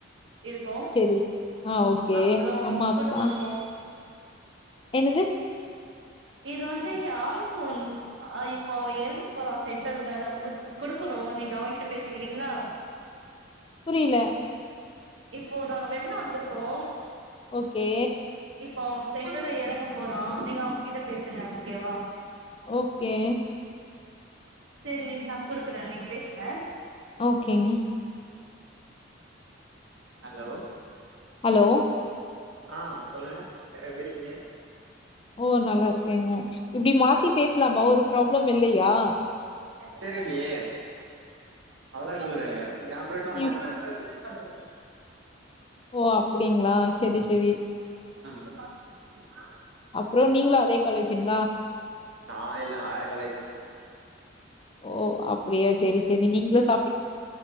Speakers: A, on the right; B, on the left.
A: இருக்கோ
B: சரி. ஆ ஓகே.
A: அப்றோ
B: அம்மா,
A: கூட்டு
B: அப்பா
A: குடும்போ
B: என்னது
A: இது வந்து ஏன் ஆளு ஃபோன் ஆ இப்போ அவே எறங்க போறா சென்டர்ல நான் குடுக்குணு நீங்க அவகிட்ட பேசிக்கிறீங்களா
B: புரில
A: இப்போ நாங்க வெள்ள வந்துருக்கோ
B: ஓகே
A: இப்போ அவ சென்டர்ல எறங்க போறா நீங்க அவங்கிட்ட பேசுங்க ஓகே வா
B: ஓகே
A: செரி நா குடுக்குறே நீங்க பேசுங்க
B: ஓகேங்க
A: ஹலோ
B: ஹலோ
A: ஆ சொல்லுங்க எப்டி இருக்கீங்க
B: ஓ நல்லா இருக்கேங்க இப்டி மாத்தி பேசலாமா ஒரு ப்ராப்ளம் இல்லயா
A: தெரியலயே அதல்லாம் எதுவும் இல்லனு நெனைக்கிறோ ஏன் ஃப்ரெண்டுல மாத்தி
B: இவ்
A: மாத்தி அஜ்ஸ் பன்னுறது
B: ஓ அப்டிங்களா செரி செரி
A: அ
B: அப்றோ நீங்களும் அதே காலேஜுங்களா
A: நா இல்ல வேற காலேஜ்
B: ஓ அப்டியா செரி செரி நீங்க சா